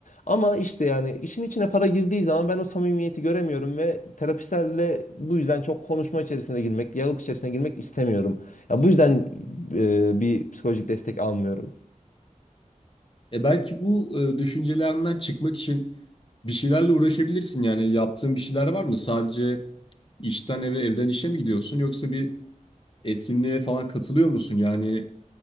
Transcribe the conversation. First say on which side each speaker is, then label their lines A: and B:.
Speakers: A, on the left; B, on the left.
A: Ama işte yani işin içine para girdiği zaman ben o samimiyeti göremiyorum ve terapistlerle bu yüzden çok konuşma içerisine girmek, diyalog içerisine girmek istemiyorum. Ya bu yüzden e, bir psikolojik destek almıyorum.
B: E, belki bu e, düşüncelerinden çıkmak için bir şeylerle uğraşabilirsin. Yani yaptığın bir şeyler var mı? Sadece işten eve, evden işe mi gidiyorsun yoksa bir etkinliğe falan katılıyor musun? Yani